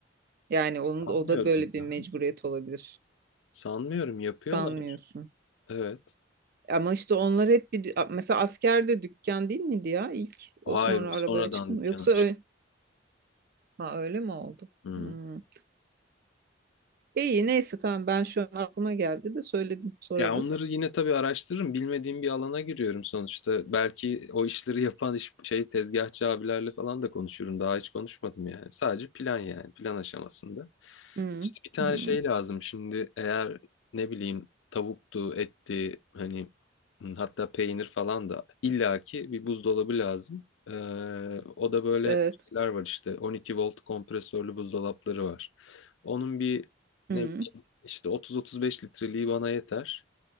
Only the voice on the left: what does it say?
Sanmıyorum.
ya.
Sanmıyorum yapıyorlar.
Evet.
Hayır,
o sonradan
dükkan
aç.
Hı.
Ya onları yine tabii araştırırım. Bilmediğim bir alana giriyorum sonuçta. Belki o işleri yapan iş, şey tezgahçı abilerle falan da konuşurum. Daha hiç konuşmadım yani. Sadece plan yani. Plan aşamasında.
İşte bir tane
şey lazım şimdi. Eğer ne bileyim tavuktu, etti hani hı, hatta peynir falan da illaki bir buzdolabı lazım. Ee, o da böyle
şeyler var işte. 12 volt kompresörlü buzdolapları var. Onun bir ne
İşte 30-35 litreliği bana yeter.